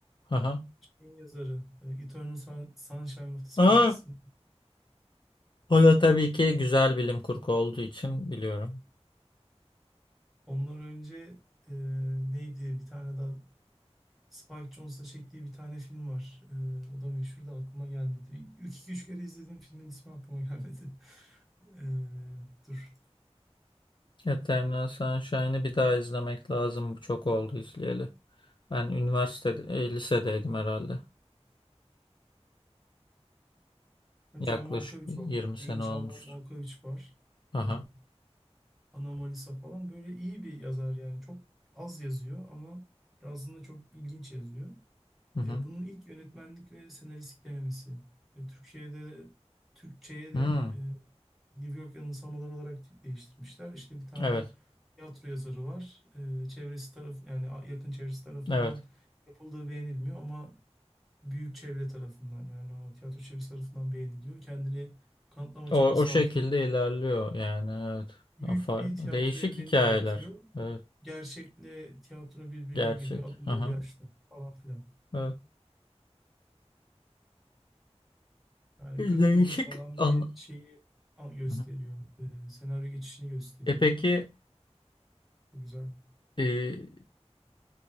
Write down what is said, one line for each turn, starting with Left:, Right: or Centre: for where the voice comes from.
Left: Aha.
Centre: şeyin yazarı. e, Eternal Sun- Sunshine of the Spotless
Left: Aa,
Centre: Mind.
Left: o da tabii ki güzel bilim kurgu olduğu için biliyorum.
Centre: Ondan önce e, neydi? Bir tane daha Spike Jonze'la çektiği bir tane film var. E, o da meşhur da aklıma gelmedi. İlk iki üç kere izlediğim filmin ismi aklıma gelmedi. <laughs> E, dur
Left: Eternal Sunshine'ı bir daha izlemek lazım. Çok oldu izleyeli. Ben üniversitede, e, lisedeydim herhalde. Yaklaşık
Centre: John Malkovich
Left: bir
Centre: olmak.
Left: 20 sene
Centre: Being
Left: olmuştu.
Centre: John Mal- Malkovich var.
Left: Aha.
Centre: Ee, Anomalisa falan. Böyle iyi bir yazar yani. Çok az yazıyor ama yazında çok ilginç yazıyor.
Left: Hı hı.
Centre: Ee, bunun ilk yönetmenlik ve senaristlik denemesi. Ee, Türkçe'de Türkçe'ye de
Left: Hmm,
Centre: e, New York Yanılsamaları olarak değiştirmişler. İşte bir tane
Left: Evet.
Centre: tiyatro yazarı var. Ee, çevresi taraf yani a- yakın çevresi tarafından
Left: Evet.
Centre: yapıldığı beğenilmiyor ama büyük çevre tarafından yani o tiyatro çevresi tarafından beğeniliyor. Kendini kanıtlama
Left: O,
Centre: çabası
Left: o şekilde
Centre: altında.
Left: ilerliyor yani. Evet.
Centre: Büyük
Left: Afar.
Centre: bir tiyatro
Left: Değişik
Centre: evreni
Left: hikayeler.
Centre: yaratıyor.
Left: Evet.
Centre: Gerçekle tiyatro birbirine
Left: Gerçek.
Centre: giriyor. Adam
Left: Aha.
Centre: öyle yaşlanıyor falan filan.
Left: Evet.
Centre: Yani
Left: <laughs> Değişik
Centre: 40 yıllık falan
Left: anla.
Centre: bir şeyi a- gösteriyor.
Left: Hı hı.
Centre: Ee, senaryo geçişini gösteriyor.
Left: E peki
Centre: Bu güzel.
Left: e,